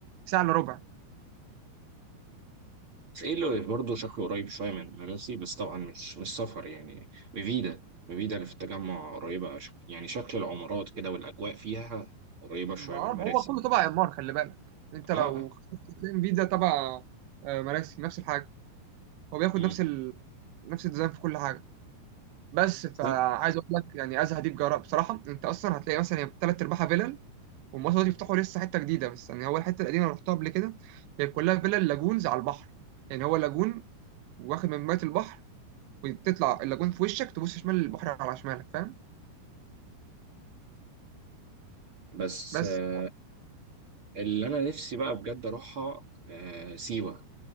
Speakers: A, on the right; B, on the right.
A: ساعة الا ربع
B: بس ايه اللي برضه شكله قريب شوية من مراسي بس طبعا مش مش سفر يعني مفيدة مفيدة اللي في التجمع قريبة شك- يعني شكل العمارات كده والأجواء فيها قريبة شوية
A: ما آه،
B: من
A: ما
B: مراسي
A: هو كله تبع إعمار خلي بالك أنت
B: اه
A: لو
B: اه
A: ام في ده تبع آه، مراسي نفس الحاجة هو بياخد
B: مم.
A: نفس ال... نفس الديزاين في كل حاجة بس فعايز
B: استنى.
A: أقول لك يعني أزهى دي بجراء بصراحة أنت أصلا هتلاقي مثلا هي تلات أرباعها فيلل والمصر دول يفتحوا لسه حتة جديدة بس يعني هو الحتة القديمة اللي رحتها قبل كده هي كلها فيلل لاجونز على البحر يعني هو لاجون واخد من مية البحر وتطلع اللاجون في وشك تبص شمال البحر على شمالك فاهم
B: بس
A: بس
B: آه، اللي أنا نفسي بقى بجد أروحها آه، سيوة